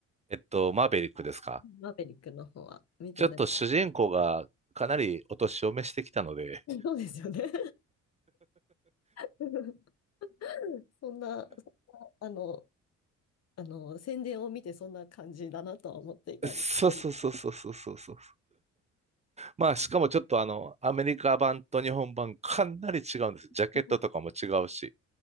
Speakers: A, on the right; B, on the left.
A: えっと、マーベリックですか
B: マーベリックの方は見てない。
A: ちょっと主人公がかなりお年を召してきたので、
B: そうですよね。<laughs> そんな、そんなあの、あの、宣伝を見てそんな感じだなとは思っていたんですけど。
A: そうそうそうそうそうそうそう。まあ、しかもちょっとあの、アメリカ版と日本版かなり違うんです。ジャケットとかも違うし、
B: そう